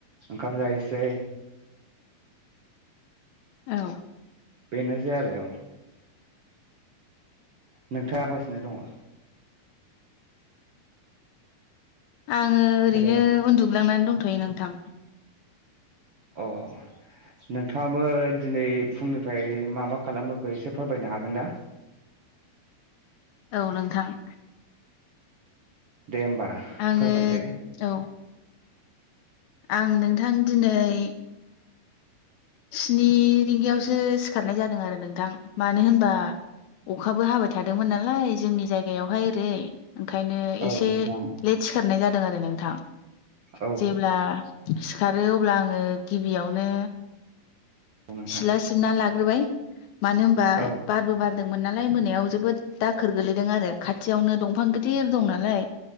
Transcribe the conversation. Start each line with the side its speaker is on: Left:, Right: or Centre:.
Right: ओंखाम जाहैसै
Left: औ
Right: बेनोसै आरो नोंथाङा‌ खामगासिनो दङ?
Left: आङो ओरैनो
Right: हेल'
Left: उन्दु ग्लांनानै दंथ'यो नोंथां
Right: अह नोंथाङाबो दिनै फुंनिफ्राय मा मा खालामबोखो एसे फोरमायनो हागोन दा?
Left: औ नोंथां
Right: दे होमबा
Left: आङो
Right: फोरमायदो
Left: औ आं नोंथां दिनै स्नि रिंगायावसो सिखारनाय जादों आरो नोंथां मानो होनबा अखाबो हाबाय थादोंमोन नालाय जोंनि जायगायावहाय ओरै ओंखायनो
Right: औ
Left: एसे
Right: नोंथां
Left: लेट सिखाथ नाय जादों आरो नोंथां
Right: औ
Left: जेब्ला सिखारो अब्ला आङो गिबियावनो
Right: नोंथां
Left: सिला सिबना लाग्रोबाय मानो होनबा
Right: औ
Left: बारबो बारदों मोन नालाय मोनायाव जोबोद दाखोर गोलैदों आरो खाथियावनो दंफां गिदिर दं नालाय